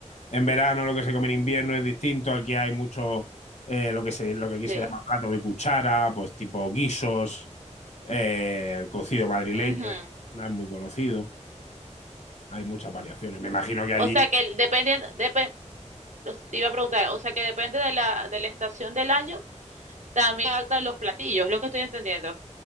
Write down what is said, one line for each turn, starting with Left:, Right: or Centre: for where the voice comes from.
Left: en verano lo que se come en invierno es distinto. Aquí hay mucho eh, lo que se, lo que aquí
Right: sí.
Left: se llama plato de cuchara, pues tipo guisos, eh, el cocido madrileño
Right: Ujú.
Left: en esta zona es muy conocido. Hay muchas variaciones. Me imagino que allí.
Right: O sea que dependiendo, depende, te iba a preguntar, o sea que depende de la, de la estación del año, también adaptan los platillos, lo que estoy entendiendo.